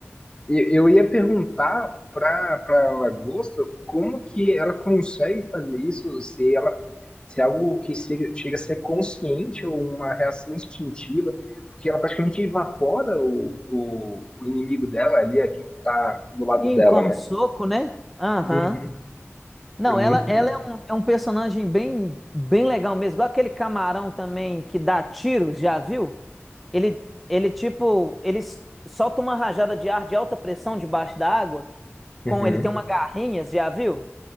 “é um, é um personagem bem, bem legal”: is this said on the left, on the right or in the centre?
Centre